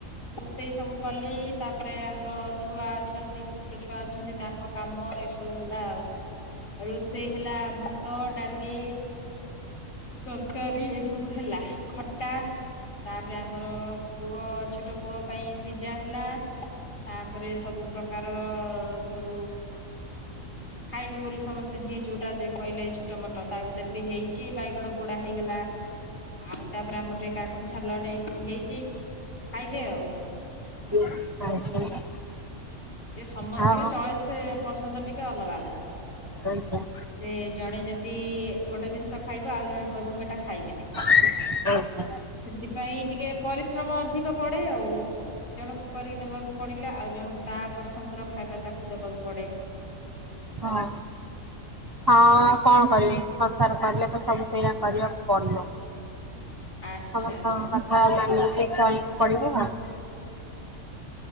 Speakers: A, on the left; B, on the right.
A: ରୋଷେଇ ସବୁ କଲି ତାପରେ ଆମର ଛୁଆ ଅଛନ୍ତି ଛୋଟ ଛୁଆ ଅଛନ୍ତି ତାଙ୍କ କାମ ଏ ସବୁ ହେଲା ଆଉ। ଆଉ ରୋଷେଇ ହେଲା ଭାତ ଡାଲି। ତରକାରୀ ଏ ସବୁ ହେଲା ଖଟା। ତାପରେ ଆମର ପୁଅ ଛୋଟ ପୁଅ ପାଇଁ ସିଝା ହେଲା। ତାପରେ ସବୁ ପ୍ରକାର ସବୁ ଖାଇବେ ବୋଲି ସମସ୍ତେ ଯିଏ ଯୋଉଟା ଯ କହିଲେ ଛୋଟ ମୋଟ ତା ଭିତରେ ବି ହେଇଛି ବାଇଗଣ ପୋଡ଼ା ହେଇଗଲା। ଆଉ ତାପରେ ଆମର ଟିକେ କାକୁଡ଼ି ସାଲଡ ଏଇ ସବୁ ହେଇଛି ଖାଇବେ ଆଉ।
B: <unintelligible>
A: ଯେ ସମସ୍ତଙ୍କ
B: ହଁ
A: ଚଏସ୍ ପସନ୍ଦ ଟିକେ ଅଲଗା ଅଲଗା।
B: ଆ ହ।
A: ସେ ଜଣେ ଯଦି ଗୋଟେ ଜିନିଷ ଖାଇବ ଆଉ ଜଣେ କହିବ ମୁଁ ଏଟା ଖାଇବିନି।
B: ଓ ହ।
A: ସେଥିପାଇଁ ଟିକେ ପରିଶ୍ରମ ଅଧିକ ପଡ଼େ ଆଉ। ଜଣକୁ କରିକି ଦବାକୁ ପଡ଼ିଲା ଆଉ ଜଣଙ୍କୁ ତା ପସନ୍ଦର ଖାଇବା ତାକୁ ଦବାକୁ ପଡ଼େ।
B: ହଁ। ହଁ କଣ କରିବେ ସଂସାର କହୀଲେ ତ ସବୁ ସେଇଆ କରିବାକୁ ପଡ଼ିବ।
A: ଆଚ୍ଛା
B: ସମସ୍ତଙ୍କ
A: ଆଚ୍ଛା
B: କଥା ମାନିକି ଚଳବାକୁ ପଡ଼ିବ ଆଉ।